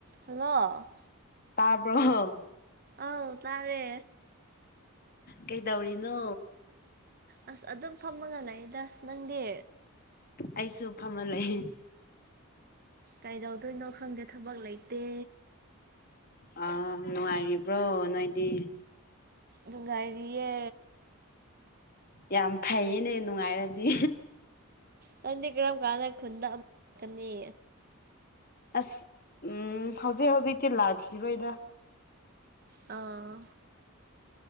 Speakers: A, on the right; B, on the left.
A: hello
B: ꯇꯥꯔꯕ꯭ꯔꯣ
A: ꯑꯥꯎ ꯇꯥꯔꯦ
B: ꯀꯩꯗꯧꯔꯤꯅꯣ
A: ꯑꯁ ꯑꯗꯨꯝ ꯐꯝꯃꯒ ꯂꯩꯗ ꯅꯪꯗꯤ
B: ꯑꯩꯁꯨ ꯐꯝꯃ ꯂꯩ
A: ꯀꯩꯗꯧꯗꯣꯏꯅꯣ ꯈꯪꯗꯦ ꯊꯕꯛ ꯂꯩꯇꯦ
B: ꯑꯥ ꯅꯨꯡꯉꯥꯏꯔꯤꯕ꯭ꯔꯣ ꯅꯣꯏꯗꯤ
A: ꯅꯨꯡꯉꯥꯏꯔꯤꯌꯦ
B: ꯌꯥꯝ ꯐꯩꯅꯦ ꯅꯨꯡꯉꯥꯏꯔꯗꯤ
A: ꯅꯪꯗꯤ ꯀꯔꯝ ꯀꯥꯟꯗ ꯈꯨꯟꯗ ꯑꯃꯛ ꯂꯛꯀꯅꯤ
B: ꯑꯁ ꯎꯝ ꯍꯧꯖꯤꯛ ꯍꯧꯖꯤꯛꯇꯤ ꯂꯥꯛꯈꯤꯔꯣꯏꯗ
A: ꯑꯥ